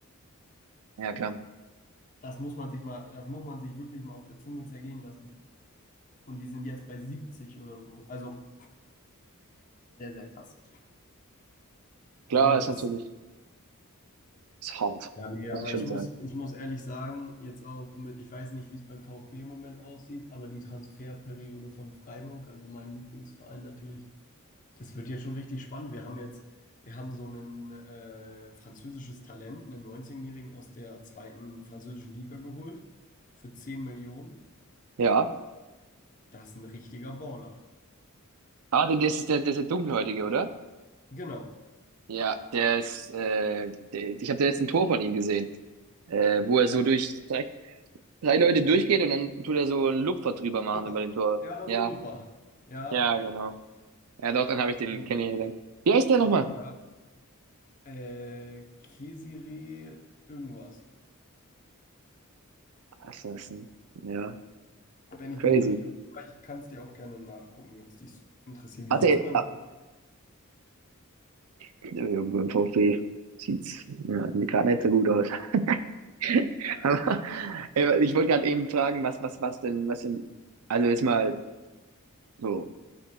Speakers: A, on the right; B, on the left.
A: Ja, klar.
B: Das muss man sich mal, das muss man sich wirklich mal auf der Zunge zergehen lassen. Und die sind jetzt bei 70 oder so. Also sehr, sehr krass.
A: Klar,
B: Da gibt
A: ist natürlich,
B: es.
A: ist hart,
B: Ja, nee,
A: muss
B: aber
A: ich schon
B: ich muss,
A: sagen.
B: ich muss ehrlich sagen, jetzt auch mit, ich weiß nicht, wie es beim VfB im Moment aussieht, aber die Transferperiode von Freiburg, also meinem Lieblingsverein natürlich, Das wird jetzt schon richtig spannend. Wir haben jetzt, wir haben so ein äh, französisches Talent, einen 19-Jährigen aus der zweiten französischen Liga geholt für 10 Millionen.
A: Ja.
B: Das ist ein richtiger Baller.
A: Ah, das ist der, das ist der Dunkelhäutige, oder?
B: Genau.
A: Ja, der ist, äh, der, ich habe da jetzt ein Tor von ihm gesehen. äh, wo er
B: Ja,
A: so
B: der
A: durch drei, drei Leute durchgeht und dann tut er so einen Lupfer drüber machen
B: Chipper.
A: über den Torwart.
B: Ja,
A: Ja,
B: so ein Lupper. Ja.
A: ja, genau. Ja, doch, dann habe ich den
B: Und,
A: kennengelernt. Wie heißt der nochmal?
B: ja. Äh, Kesire irgendwas.
A: Assassin. ja,
B: Wenn ich
A: crazy.
B: mich nicht irre. Aber ich kann es dir auch gerne nachgucken, wenn es dich interessiert. Wie
A: Hatte,
B: sieht es beim
A: ah, ja, beim VfB sieht's ja, gerade nicht so gut aus. <laughs> Aber äh, ich wollte gerade eben fragen, was, was, was denn, was denn, also ist mal so